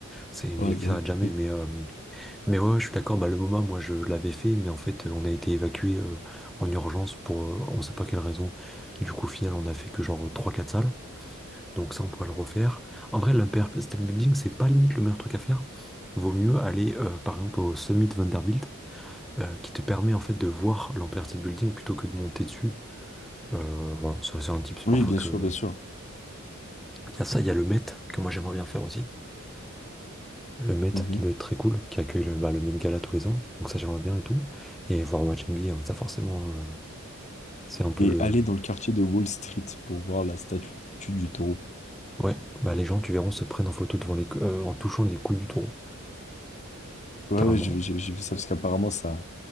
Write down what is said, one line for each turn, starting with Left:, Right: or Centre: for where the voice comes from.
Centre: C'est une
Left: Ouais,
Centre: ville qui
Left: bah
Centre: s'arrête jamais.
Left: oui.
Centre: Mais, euh, mais ouais, ouais, je suis d'accord. Bah, le MoMA, moi, je l'avais fait, mais en fait, euh, on a été évacué euh, en urgence pour euh, on sait pas quelle raison. Du coup, au final, on a fait que genre trois quatre salles. Donc, ça, on pourrait le refaire. En vrai, la PRP State Building, c'est pas limite le meilleur truc à faire. Vaut mieux aller, euh, par exemple, au Summit Vanderbilt, euh, qui te permet en fait de voir l'Empire State Building plutôt que de monter dessus. Euh, voilà, ça c'est un tips
Left: Oui,
Centre: parfois
Left: bien
Centre: que,
Left: sûr, bien sûr.
Centre: Il y a ça, il y a le Met que moi j'aimerais bien faire aussi. Le Met
Left: Mhm.
Centre: qui doit être très cool, qui accueille le, bah, le Met Gala tous les ans. Donc ça j'aimerais bien et tout. Et voir un match NBA, hein. ça forcément, euh, c'est un peu
Left: Et
Centre: le...
Left: aller dans le quartier de Wall Street pour voir la statue du taureau.
Centre: Ouais, bah, les gens, tu verras, se prennent en photo devant les, cou- euh, en touchant les couilles du taureau,
Left: Ouais,
Centre: littéralement.
Left: ouais, j'ai vu j'ai- j'ai vu ça parce qu'apparemment, ça,